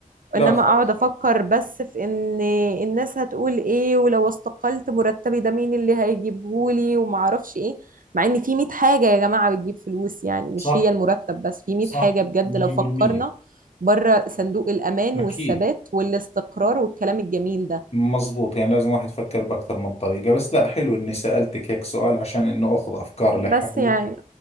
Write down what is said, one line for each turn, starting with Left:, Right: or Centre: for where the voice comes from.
Left: لا
Right: انما
Left: خلص
Right: اقعد افكر بس في ان الناس هتقول ايه ولو استقلت مرتبي ده مين اللي هيجيبهولي وما اعرفش ايه مع ان في 100 حاجة يا جماعة بتجيب فلوس يعني مش
Left: صح
Right: هي المرتب بس في 100
Left: صح
Right: حاجة بجد
Left: 100%
Right: لو فكرنا بره صندوق الامان
Left: اكيد
Right: والثبات والاستقرار والكلام الجميل ده
Left: مزبوط يعني لازم واحد يفكر باكثر من طريقة بس لا حلو اني سألتك هيك سؤال عشان انه اخذ افكار لحالي
Right: بس يعني